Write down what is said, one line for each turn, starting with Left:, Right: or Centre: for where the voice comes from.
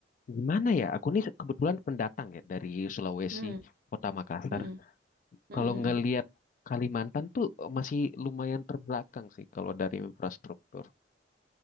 Left: gimana ya? Aku nih kebetulan pendatang ya dari Sulawesi,
Right: Hmm,
Left: Kota Makassar.
Right: mm-mm, mm-mm,
Left: Kalau
Right: mm-mm.
Left: ngelihat Kalimantan tuh masih lumayan terbelakang sih kalau dari infrastruktur.